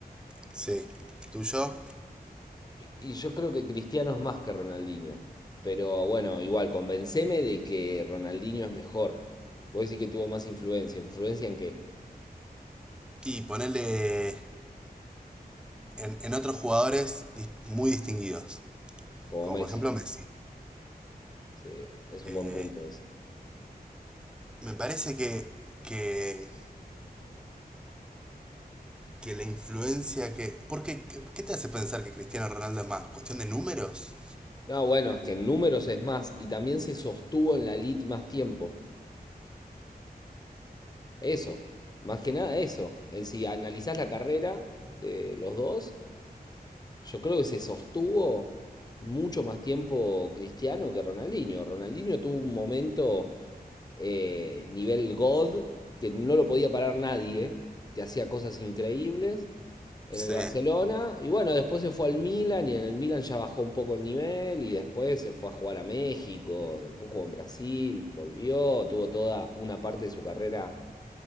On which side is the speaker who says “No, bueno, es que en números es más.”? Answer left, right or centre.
Left